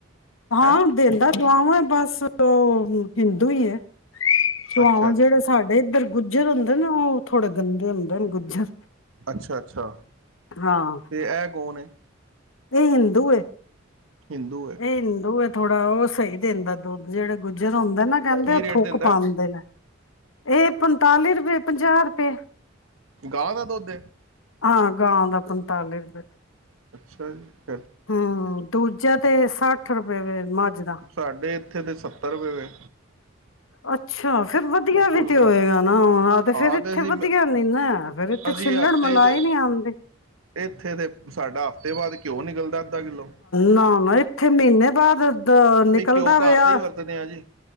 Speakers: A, on the left (about 75°); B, on the right (about 80°).
A: ਹਾਂ
B: ਹੈਂ
A: ਦਿੰਦਾ । ਵ ਬਸ ਉਹ ਹਿੰਦੂ ਹੀ ਹੈ । ਚਹਲ
B: ਅੱਛਾ ਅੱਛਾ
A: ਜਿਹੜੇ ਸਾਡੇ ਇੱਧਰ ਗੁ ਗੁੱਜਰ ਹੁੰਦੇ ਨੇ ਉਹ ਥੋੜੇ ਗੰਦੇ ਹੁੰਦੇ ਨੇ ਗੁੱਜਰ
B: ਅੱਛਾ -ਅੱਛਾ ।
A: ਹਾਂ
B: ਤੇ ਇਹ ਕੌਣ ਹੈ?
A: ਇਹ ਹਿੰਦੂ ਹੈ ।
B: ਹਿੰਦੂ ਹੈ
A: ਇਹ ਹਿੰਦੂ ਹੈ ਥੋੜਾ ਉਹ ਸਹੀ ਦੰਦਾ ਦੱਧ ਜਿਹੜੇ ਗੁੱਜਰ ਹੁੰਦੇ ਨਾ ਕਹਿੰਦੇ
B: ਕੀ
A: ਉਹ
B: ਰੇਟ
A: ਥੁੱਕ
B: ਦਿੰਦਾ
A: ਪਾਉਦੇ ਨੇ ਇਹ ਪੰਤਾਲੀ ਰੁਪਏ, ਪੰਜਾਹ ਰੁਪਏ
B: ਗਾਹ ਦਾ ਦੁੱਧ
A: ਹਾਂ -ਗਾਂ ਦਾ ਪੰਤਾਲੀ ਰੁਪਏ ।
B: ਅੱਛਾ ਜੀ ।
A: ਹਮ, ਦੂਜਾ ਤੇ ਸੱਠ ਰੁਪਏ । ਹ ਮੱਝ ਦਾ
B: ਸਾਡੇ ਇੱਥੇ ਦੇ ਸੱਤਰ ਰੁਪਏ ਹੋਏ।
A: ਅੱਛਾ ਫਿਰ ਵਧੀਆ
B: ਫੁੱਲ
A: ਵੀ
B: ਫੈਟ
A: ਤੇ ਹੋਏਗਾ ਨਾ ਆ ਤੇ
B: ਹਾਂ
A: ਫਿਰ ਇੱਥੇ
B: ਅਸੀਂ
A: ਵਧੀਆ ਨੀ ਨਾ ਫਿਰ ਇਥੇ
B: ਅਸੀਂ
A: ਛਿੱਲੜ
B: ਹਫ਼ਤੇ
A: ਮਿਲਾਏ
B: 'ਚ
A: ਨੀ ਆਂਦੇ।
B: ਇੱਥੇ ਤੇ ਸਾਡਾ ਹਫ਼ਤੇ ਬਾਅਦ ਘਿਓ ਨਿਕਲਦਾ ਅੱਧਾ ਕਿੱਲੋ
A: ਨਾ- ਨਾ ਇੱਥੇ ਮਹੀਨੇ ਬਾਅਦ ਦ ਨਿਕਲਦਾ
B: ਅਸੀਂ ਘਿਓ ਘਰ
A: ਪਿਆ
B: ਦਾ ਹੀ ਵਰਤਦੇ ਹਾਂ ਜੀ